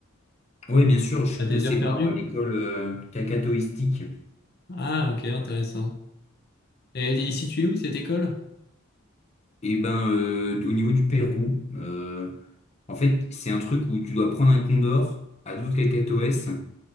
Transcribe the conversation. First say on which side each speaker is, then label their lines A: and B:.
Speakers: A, on the left; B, on the left.
A: Oui, bien sûr, je
B: à
A: suis
B: tes
A: passé
B: heures
A: par
B: perdues?
A: euh, l'école euh, cacatoïstique.
B: Ah, ok, intéressant. Et elle est située où, cette école?
A: Et ben, euh, au niveau du Pérou, euh, en fait, c'est un truc où tu dois prendre un condor à d'autres cacatoès,